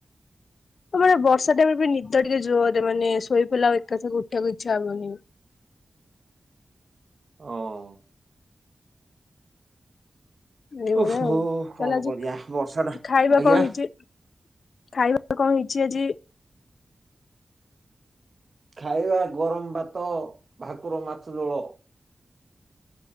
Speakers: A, on the left; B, on the right.
A: ଆ ମାନେ ବର୍ଷା ଟାଇମ୍ ବି ନିଦ ଟିକେ ଜୋରରେ ମାନେ ଶୋଇ ପଇଲେ ଆଉ ଏକାଥ କୁ ଉଠିବାକୁ ଇଚ୍ଛା ହବନି।
B: ଓ ହୋ।
A: ଏଇ ଭଳିଆ
B: ଓହୋ
A: ଆଉ
B: କଣ
A: ତାହଲେ ଆଜି
B: କରିବା ବର୍ଷା ଟା
A: ଖାଇବା
B: ଆଜ୍ଞା
A: କଣ ହେଇଛି? ଖାଇବା କଣ ହେଇଛି ଆଜି?
B: ଖାଇବା ଗରମ ଭାତ ଭାକୁର ମାଛ ଝୋଳ।